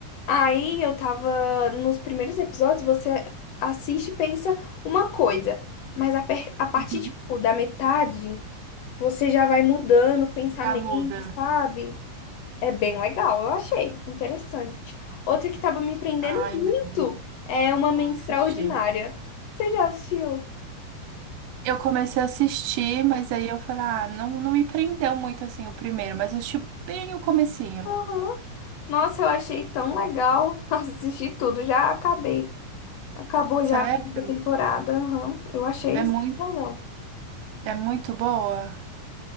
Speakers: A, on the left; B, on the right.
A: aí eu tava nos primeiros episódios, você assiste e pensa uma coisa, mas a, per- a partir
B: Uhum.
A: tipo, da metade, você já vai mudando o pensamento,
B: Já muda.
A: sabe? É bem legal, eu achei interessante. Outra que tava me prendendo
B: Ai,
A: muito
B: meu Deus,
A: é Uma Mente
B: vou assistir.
A: Extraordinária. Você já assistiu?
B: Eu comecei a assistir, mas aí eu falei, ah, não, não me prendeu muito assim o primeiro, mas eu assisti bem o comecinho.
A: Aham. Nossa, eu achei tão legal <laughs> assistir tudo. Já acabei. Acabou
B: Sério?
A: já a primeira temporada. aham. Eu achei
B: É
A: isso
B: muito,
A: legal.
B: é muito boa.